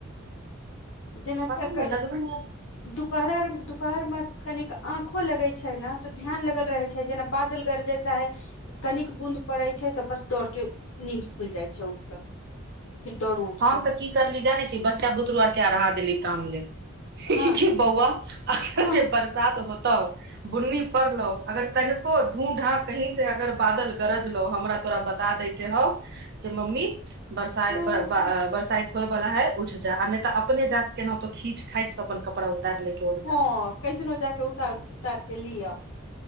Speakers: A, on the left; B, on the right.
A: जेनक
B: पता नहि
A: क
B: लगबे नहि
A: दुपहर दुपहर में कनिक आंखो लगे छै। ने तऽ ध्यान लगल रहे छै। जेना बादल गरजत चाहे कनिक बूँद पड़ै छै। तऽ बस दौड़के नींद खुलि जाइ छै। उठि कऽ फिर दौड़ उठकऽ
B: हम तऽ की करली जानै छी बच्चा बुतरु आर के अढ़ा देली काम ल लेल देख
A: हँ
B: बौआ अगर
A: हँ
B: जे बरसात होतौ बुन्नी पड़लो अगर तनिको धू ढ कहीं सऽ अगर बादल गरज लो हमरा तोरा बता दै के हौ जे मम्मी बरसाय
A: हँ
B: <unintelligible> होय बाला है उचजा आ नहि तऽ अपने जााक केनाो खीच खांच कऽ अप्पन कड़ा उतारि ले के ओ
A: हँ कैसनो जाक उतार उतार के लिअ।